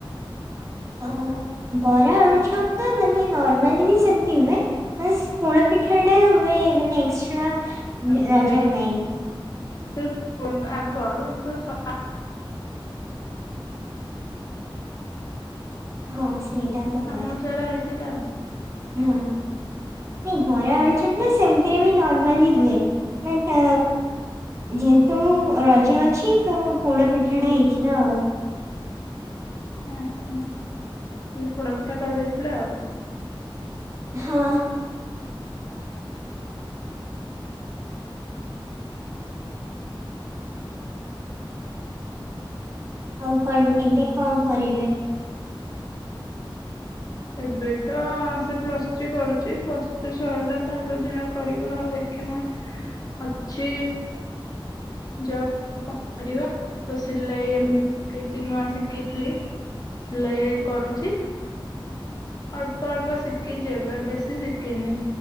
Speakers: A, on the right; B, on the left.
A: ଅ ହୁ ବରା ଅଳୁଚପ୍ ତ ମାନେ ନର୍ମାଲି ବି ସେମତି ହୁଏ। ବାସ୍ ପୋଣ ପିଠାଟା ହୁଏ ମାନେ ଏକ୍ସଟ୍ରା। ଇଁ
B: ସେଇ
A: ରଜ ପାଇଁ।
B: <unintelligible> ଆଗ <unintelligible>
A: ହଁ। ସେଇଟା ସତ
B: ଆମର
A: କଥା
B: ସେରା ହେଇଥିଲା ଆଉ।
A: ହଁ ନାଇଁ ବରା ଆଳୁଚପ୍ ନା ସେମିତିରେ ବି ନର୍ମାଲି ହୁଏ। ବଟ୍ ଯେହେତୁ ରଜ ଅଛି, ତ ମୋ ପୋଡ଼ ପିଠାଟା ହେଇଥିଲା ଆଉ।
B: ହୁଁ ହୁଁ ହେଲେ ପୋଡପିଠା କରିଦେଇଥିଲେ ଆଉ।
A: ହଁ। ଆଉ କଣ ଏବେ। କଣ କରିବେ?
B: ଏବେ ତ ସେ ପ୍ଲସ୍ ଥ୍ରୀ କରୁଛି ପ୍ଲସ ଥ୍ରୀ ସରିଲା ତାପରେ ଯାହା କରିବ ଆଉ ଦେଖେ କଣ ଅଛି ଜବ କଣ କର ତ ସିଲେଇ
A: ହୁଁ,
B: ଏବେ ପକେଇଛି ନୂଆ ଶିଖିଥିଲି ସିଲେଇ କରୁଛି। ଅଳ୍ପ ଅଳ୍ପ ଶିଖିଛି ଏବେ ବେଶୀ ଶିଖିନି